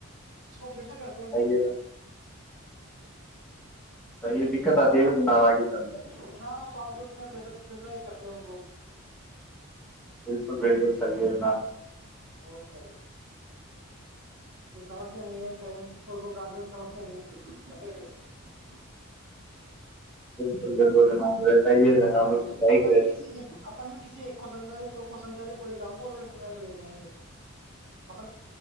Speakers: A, on the right; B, in the centre.
A: اچھ کیسے کرتے
B: صحیح ہے صحیح ہے دقت آتی
A: نا
B: ہے جناب آگے چل کر
A: اتنا فالتو میں پرشرائیز کرتے ہیں ان کو
B: بالکل بالکل صحیح ہے جناب
A: اور کیا یہ سمجھتے نہیں ہیں پیرنٹس کو گارجین سمجھتے نہیں ہے بالکلتے نہیں سمجھتے
B: بالکل <unintelligible> جناب
A: اپن
B: صحیح
A: اپن
B: کرے
A: بھی کسی ایک اپن بھی کسی ایک کو سمجھا دے دو کو سمجا د پورے گاؤں کو تھڑے سجھاے بیٹ جائیں گے اپنا